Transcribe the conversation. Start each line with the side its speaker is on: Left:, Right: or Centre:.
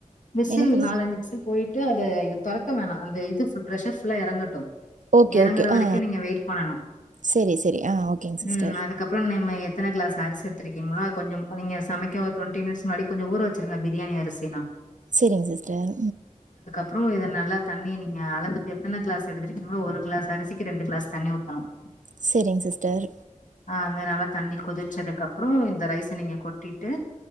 Left: விசில்
Right: என்ன பண்ணு
Left: நாலஞ்சு விசில் போயிட்டு அத தொறக்க வேணாம் அந்த இது பிரஷர் ஃபுல்லா இறங்க டும்
Right: ஓகே
Left: இறங்குற
Right: ஓகே
Left: வரைக்கும்
Right: ஆ
Left: நீங்க வெயிட் பண்ணும்
Right: சரி சரி ஆ ஓகேங்க சிஸ்டர்
Left: உம் அதுக்கப்புறம் நம்ம எத்தனை கிளாஸ் அரிசி எ க்கீங்களா கொஞ்சம் நீங்க சமைக்க ஒரு டுவென்டி மினிட்ஸ் முன்னாடி கொஞ்ச ஊர வச்சிருங்க பிரியாணி அரிசினா
Right: சரிங்க சிஸ்டர்
Left: அப்புறம் இத நல்லா தண்ணி நீங்க அளந்து எத்தனை கிளாஸ் எடுதுருக்கீங்களோ ஒரு கிளாஸ் அரிசிக்கு ரெண்டு கிளாஸ் தண்ணி ஊத்தணும்
Right: சரிங்க சிஸ்டர்
Left: அது நல்லா தண்ணி கொதிச்சதுக்குப்புறம் இந்த ரைஸை நீங்க கொட்டிட்டு